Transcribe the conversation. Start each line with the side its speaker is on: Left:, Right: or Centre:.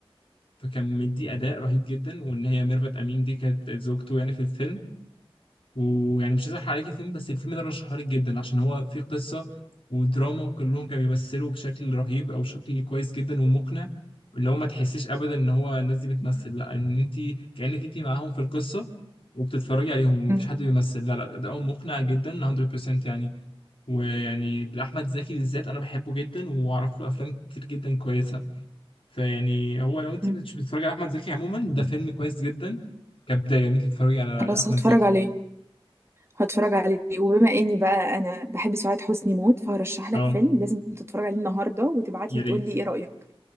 Left: فكان مدي أداء رهيب جدا وإن هي ميرفت أمين دي كانت زوجته يعني في الفيلم ويعني مش عايز أحرق عليك الفيلم بس الفيلم ده رشحه لك جدا عشان هو فيه قصة ودراما وكلهم كانوا بيمثلوا بشكل رهيب أو شكل كويس جدا ومقنع اللي هو ما تحسيش أبدا إن هو الناس دي بتمثل لا إن أنت كأنك أنت معاهم في القصة وبتتفرجي عليهم ومفيش
Right: مم.
Left: حد بيمثل لا لا أداؤهم مقنع جدا 100% يعني ويعني لأحمد زكي بالذات أنا بحبه جدا وأعرف له أفلام كتير جدا كويسة فيعني هو لو أنت
Right: مم.
Left: مش بتتفرجي على أحمد زكي عموما ده فيلم كويس جدا كبداية إنك تتفرجي على
Right: خلاص
Left: أحمد
Right: هتفرج
Left: زكي
Right: عليه هتفرج عليه وبما اني بقى انا بحب سعاد حسني موت فهرشح لك
Left: أه
Right: فيلم لازم تتفرج عليه النهارده وتبعت
Left: يا
Right: لي تقول
Left: ريت
Right: لي ايه رأيك